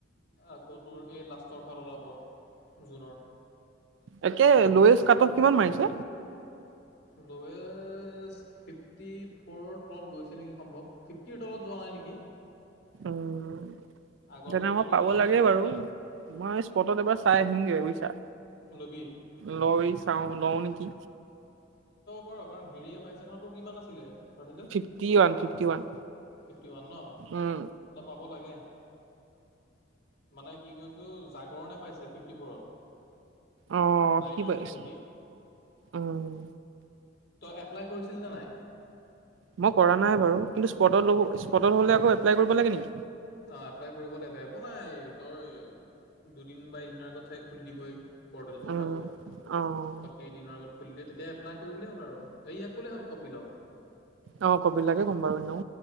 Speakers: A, on the left; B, on the right.
A: আকৌ তোৰ এই লাষ্টৰ ফাল ওলাব জুনৰ
B: তাকে লয়েজ কাট অফ কিমান মাৰিছে
A: লৱেচ ফিফটি ফ'ৰ তলত গৈছে নেকি সম্ভৱ ফিফ্তি তলত যোৱা নাই নেকি
B: উম,
A: আগৰটো
B: তেনে
A: ফিফটিৰ
B: মই পাব
A: তলত
B: লাগে
A: যায়
B: বাৰু মই স্পটত এবাৰ চাই আহিমগে বুজিছা
A: লবি লৈ
B: লৈ
A: চাব
B: চাওঁ লওঁ নেকি
A: পাৰ কাৰণ হেৰিয়ে পাইছে তোৰ কিমান আছিলে percentage
B: fifty one fifty one
A: fifty one ন
B: উম,
A: তই পাব লাগে। মানে কি কৈছো জাগৰণে পাইছে ফিফটি ফৰত
B: আহ
A: মাইনৰ
B: সি পাইছে
A: লৈছে সি
B: উমম
A: তই এপ্লাই কৰিছিল নে নাই
B: মই কৰা নাই বাৰু কিন্তু স্পটত লব স্পটত হ'লে আকৌ এপ্লাই কৰিব লাগে নেকি
A: অ এপ্লাই কৰিব লাগিব একো নাই তই দুদিন বা দিনাৰ আগত চাইট খুলি দিবই পৰ্টেলটো
B: উম,
A: আকৌ।
B: অ',
A: বাকী দিনৰ আগত- খুলি দিলে তেতিয়া এপ্লাই কৰি দিলেই হ'ল আৰু এইয়া কলে হ'ল কপিলক
B: অ' কপিল দাকে ক'ম বাৰু এনেও